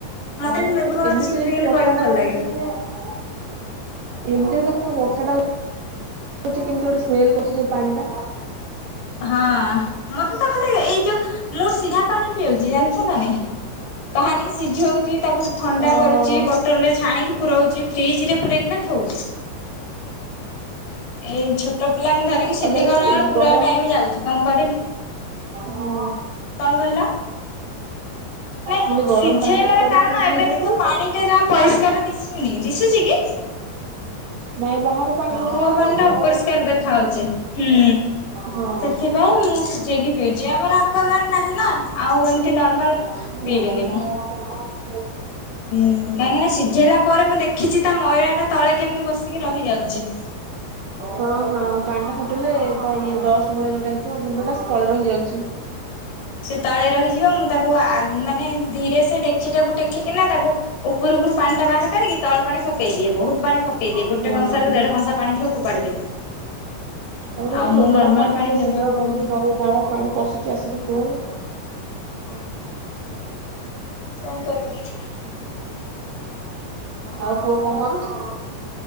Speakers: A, on the left (about 80°); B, on the right (about 65°).
A: ମତେ
B: ହଁ
A: ବି
B: ବା
A: ମେଘୁଆ ପାଗରେ
B: ଏମିତିରେ
A: ଚିକେନ ଫିକେନ
B: ବି ବର୍ଷା
A: କରିବାକୁ
B: ଟା
A: ଭଲ ଲାଗେନି।
B: <unintelligible> ଏମିତିରେ ଦେଖ ବର୍ଷା ଟା ହଉ କହୁଛି କେମିତି ଗୋଟେ ସ୍ମେଲ କରୁଛି ଏ ପାଣିଟା।
A: ହଁ ମତେ ତ ଖାଲି ଏଇ ଯୋଉ ମୁଁ ସିଧା ପାଣି ପିଉଛି ଜାଣିଛ ନା ନାଇଁ? ପାଣି ସିଝଉଛି ତାକୁ ଥଣ୍ଡା
B: ଓହୋ
A: କରୁଛି
B: ଆଉ
A: ବ ବୋଟଲ ରେ ଛାଣିକି ପୁରାଉଛି ଫ୍ରିଜରେ ପୁରାଇକିନା ଥଉଛି। ଏଇ ଛୋଟ ପିଲାଙ୍କୁ ଧରିକି ସିଧି
B: ତାହେଲେ
A: ଗଲା
B: ଏ
A: ବେଳୁ ଗୁଡ଼ାଏ
B: ଗରମ
A: ଟାଇମ ଯାଉଛି କଣ କରିବି?
B: ହଁ
A: କଣ କହିଲା? ନାଇଁ
B: ବୋଲି
A: ସିଝେଇବାର
B: ଗରମ ପାଣି ଟା କରିକି
A: କାରଣ
B: ପୁଣି ଫ୍ରିଜ
A: ଏବେ ଦେଖିବ
B: ରେ ପୁରଉଛୁ
A: ପାଣି ଟା ଜମା ପରିଷ୍କାର ଦିଶୁନି ଦିଶୁଚି କି?
B: ନାଇଁ ବାହାରେ ପାଣି ପଶି
A: କୂଅ
B: ଯାଉଛି
A: ପାଣି
B: ଆଉ
A: ଟା ଅପରିଷ୍କାର ଦେଖା ହାଉଛି ହୁଁ।
B: ହଁ।
A: ସେଥିପାଇଁ ମୁଁ ସିଝେଇକି ପିଉଛି ଆମର ଆଖଗଡ ନାହିଁ ନା ଆଉ ଏମତି ନର୍ମାଲ
B: ହୁଁ
A: ପିଇବିନି ମୁଁ।
B: ହଁ
A: ହୁଁ କାହିଁକିନା ସିଝେଇଲା ପରେ ମୁଁ ଦେଖିଛି ତା ମଇଳା ଟା ତଳେ କେମିତି ବସିକି ରହିଯାଉଛି।
B: ହଁ ହଁ ପାଣି ଟା ଫୁଟିଲେ ତା ଇଏ ଡଷ୍ଟ ଭଳିଆ ଯୋଉଟା ହେଇଥିବ ମୁଣ୍ଡଟା ସ୍ଥଳେ ରହି ଯାଉଛି।
A: ସେ ତଳେ ରହିଯିବ ମୁଁ ତାକୁ ଆ ମାନେ ଧୀରେ ସେ ଡେକଚିଟାକୁ ଟେକିକିନା ତାକୁ ଉପର ଉପରୁ ପାଣି ଟା ବାହାର କରିକି ତଳ ପାଣି ପକେଇ ଦିଏ ବହୁତ ପାଣି ପକେଇଦିଏ ଗୋଟେ
B: ହଁ।
A: କଂସାରୁ ଦେଢ କଂସା ପାଣି ଥିବ ଫୋପାଡ଼ି ଦେବି।
B: ଆଉର
A: ଆଉ
B: ତ ଚୋବରା
A: ମୁଁ ନର୍ମାଲ
B: ପାଣି କୋଉ
A: ଜମା
B: ବିଲ
A: ପିଇବିନି।
B: ବାଡି ନଈ ଡାଳ ପାଣି ପଶୁଛି ଆସିକି କୁଅ ରେ
A: ହଁପା କଣ କରିବି?
B: ଆଉ ପୁଅ କଣ କରୁଛି?